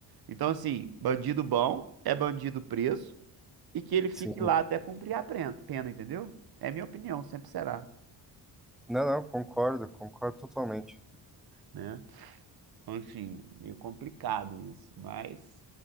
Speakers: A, on the right (about 60°); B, in the centre.
A: Então, assim, bandido bom é bandido preso e que ele fique
B: sim.
A: lá até cumprir a pren- pena, entendeu? É minha opinião, sempre será,
B: Não, não, concordo, concordo totalmente.
A: né? Então, enfim, meio complicado isso, mas.